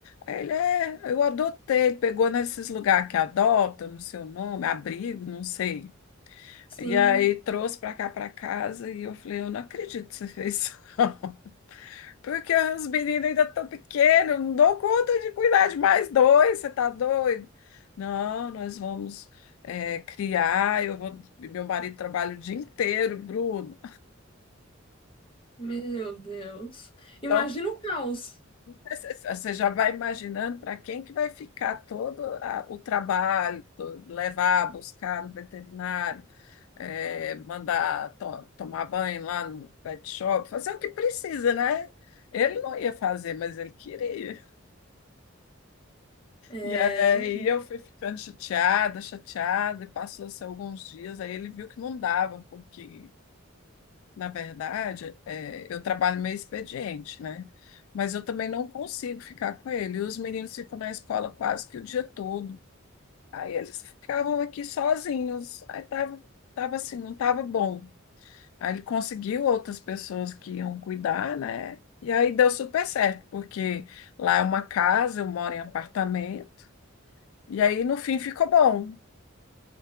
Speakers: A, on the left; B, on the left.
A: Aí ele é, eu adotei, ele pegou nesses lugares que adota, não sei o nome, abrigo, não sei.
B: Sim,
A: E aí trouxe para cá, para casa, e eu falei, eu não acredito que você fez isso. <laughs> Porque os meninos ainda estão pequenos, não dou conta de cuidar de mais dois, você tá doido? Não, nós vamos eh, criar, eu vou, meu marido trabalha o dia inteiro, Bruno.
B: meu Deus. Imagina
A: Então,
B: o caos.
A: <laughs> você já vai imaginando para quem que vai ficar todo a- o trabalho, to- levar, buscar no veterinário, eh, mandar to- tomar banho lá no pet shop, fazer o que precisa, né? Ele não ia fazer, mas ele queria.
B: É.
A: E aí eu fui ficando chateada, chateada, e passou-se alguns dias, aí ele viu que não dava, porque, na verdade, é, eu trabalho meio expediente, né? Mas eu também não consigo ficar com ele. E os meninos ficam na escola quase que o dia todo. Aí eles ficavam aqui sozinhos. Aí tava, tava assim, não tava bom. Aí ele conseguiu outras pessoas que iam cuidar, né? E aí deu super certo, porque lá é uma casa, eu moro em apartamento. E aí, no fim, ficou bom.